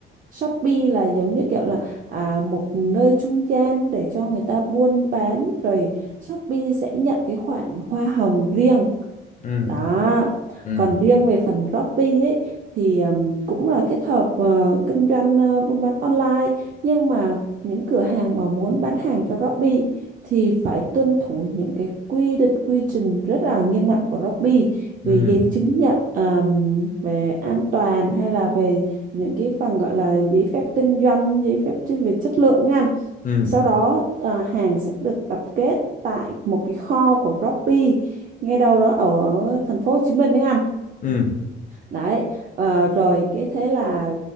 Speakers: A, on the right; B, on the left.
A: Shopee là giống như kiểu là à, một nơi trung gian để cho người ta buôn bán rồi Shopee sẽ nhận cái khoản hoa hồng riêng
B: ừ
A: đó
B: ừ
A: còn riêng về phần Shopee ấy thì ừm, cũng là kết hợp ờ, kinh doanh ờ, buôn bán online nhưng mà những cửa hàng mà muốn bán hàng cho Shopee thì phải tuân thủ những cái quy định quy trình rất là nghiêm ngặt của Shopee
B: ừ
A: về giấy chứng nhận ờm, về an toàn hay là về những cái phần gọi là giấy phép kinh doanh giấy phép chuyên về chất lượng nha
B: ừ
A: sau đó à, hàng sẽ được tập kết tại một cái kho của Shopee ngay đâu đó ở thành phố Hồ Chí Minh đấy anh
B: ừ
A: đấy ờ, rồi cái thế là